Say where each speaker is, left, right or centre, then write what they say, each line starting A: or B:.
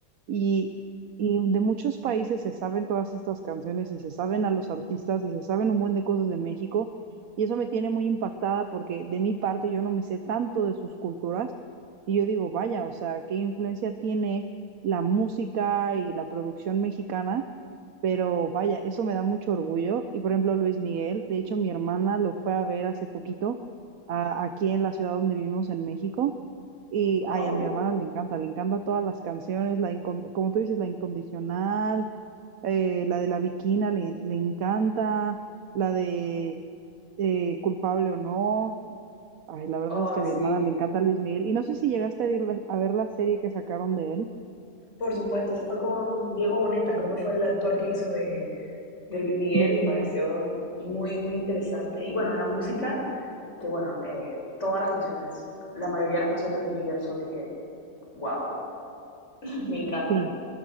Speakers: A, on the right; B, on the left.
A: y, y de muchos países se saben todas estas canciones y se saben a los artistas y se saben un buen de cosas de México y eso me tiene muy impactada porque de mi parte yo no me sé tanto de sus culturas y yo digo, vaya, o sea, ¿qué influencia tiene la música y la producción mexicana? Pero vaya, eso me da mucho orgullo. Y por ejemplo, Luis Miguel, de hecho, mi hermana lo fue a ver hace poquito a- aquí en la ciudad donde vivimos en México. Y
B: Wow,
A: ay, a mi hermana le encanta, le encanta todas las canciones, la incon- como tú dices, la incondicional, eh, la de la Bikina le, le encanta, la de eh, culpable o no. Ay, la verdad
B: ay,
A: es que a
B: sí.
A: mi hermana le encanta Luis Miguel. Y no sé si llegaste a ver la, a ver la serie que sacaron de él,
B: Por supuesto, eso fue con Diego Boneta, creo que fue el actor que hizo de de Luis Miguel
A: de Luis
B: me pareció
A: Miguel.
B: muy, muy interesante. Y bueno, la música, que bueno, eh, todas las canciones, la mayoría de las canciones de Luis Miguel son, dije, wow, <laughs> me encantan.
A: Sí.